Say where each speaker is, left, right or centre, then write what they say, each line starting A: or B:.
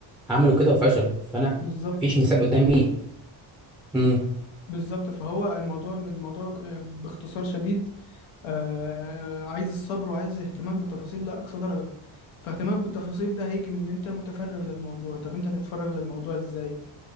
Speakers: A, in the centre; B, on the left.
A: عملوا كده وفشلوا فانا
B: بالظبط
A: مفيش مثال قدامي امم
B: بالظبط فهو الموضوع الموضوع آه، باختصار شديد آه، عايز الصبر وعايز اهتمام بالتفاصيل لأقصى درجة فاهتمامك بالتفاصيل ده هيجي من ان انت متفرغ للموضوع طب انت هتتفرغ للموضوع ازاي